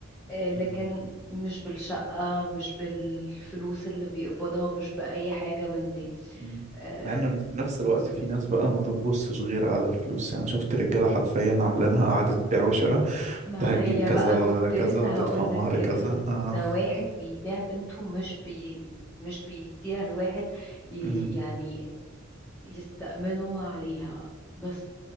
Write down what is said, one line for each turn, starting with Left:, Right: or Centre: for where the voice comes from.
Centre: آه، لكن
Right: مم.
Centre: مش بالشقة مش بالفلوس اللي بيقبضها مش بأي حاجة من دي
Right: مم.
Centre: آه،
Right: مع ان في نفس الوقت في ناس بقى ما بتبصش غير على الفلوس يعني شفت رجالة حرفيا عاملين لها قعدة بيع وشراء
Centre: ما
Right: انت هتجيب
Centre: هي
Right: كذا
Centre: بقى كنت
Right: كذا
Centre: لسه هقولك
Right: هتدفع مهر
Centre: كده
Right: كذا اه
Centre: ده واحد بيبيع بنته مش بي مش بيديها لواحد ي-
Right: مم.
Centre: يعني يستأمنوا عليها بس